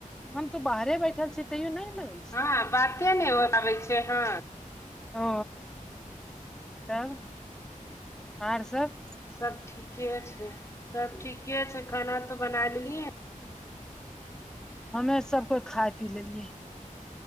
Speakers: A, in the centre; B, on the left.
A: हम तो बाहरे बैठल छी तैयो नऽ लगे
B: हाँ बाते नय होय पाबै छै ह
A: ओ तब आर सब
B: सब ठीके छै सब ठीके छै खाना तो बना लेलियै
A: हमे सब कोए खाय पी लेलियै